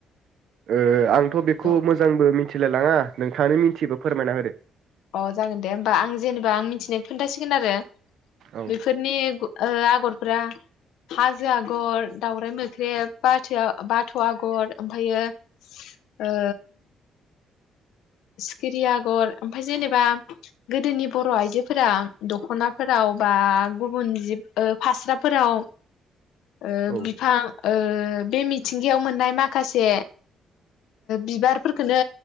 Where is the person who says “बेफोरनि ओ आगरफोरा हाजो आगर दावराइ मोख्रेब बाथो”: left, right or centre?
Left